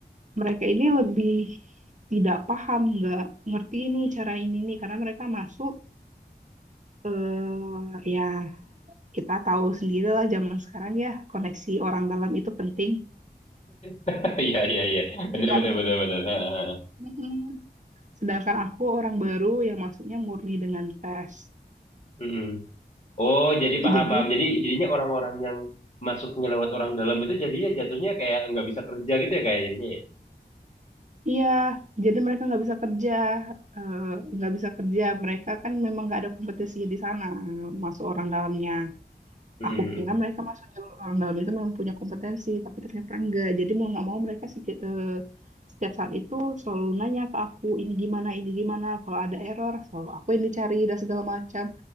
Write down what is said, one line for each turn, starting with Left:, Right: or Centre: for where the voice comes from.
Right: mereka ini lebih tidak paham, nggak ngerti nih cara ini nih, karena mereka masuk eh ya kita tahu sendirilah zaman sekarang ya koneksi orang dalam itu penting.
Left: <laughs> Iya iya iya. Benar
Right: Iya.
Left: benar benar benar. Ha, ha, ha.
Right: Mm-mm. Sedangkan aku orang baru yang masuknya murni dengan tes.
Left: Mhm. Oh jadi paham
Right: Jadi
Left: paham. Jadi jadinya orang-orang yang masuknya lewat orang dalam itu jadinya jatuhnya kayak nggak bisa kerja gitu ya kayak jadinya ya?
Right: iya, jadi mereka nggak bisa kerja, eh, nggak bisa kerja. Mereka kan memang nggak ada kompetisi di sana masuk orang dalamnya.
Left: Mm-mm.
Right: Aku kira mereka masuk jalur orang dalam itu memang punya kompetensi, tapi ternyata enggak. Jadi mau nggak mau mereka sih eh, setiap saat itu selalu nanya ke aku ini gimana, ini gimana. Kalau ada error, selalu aku yang dicari dan segala macam.